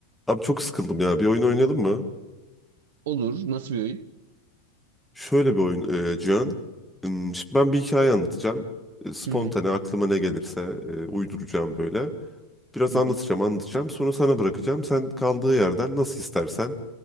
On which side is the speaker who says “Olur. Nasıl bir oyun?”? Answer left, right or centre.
Right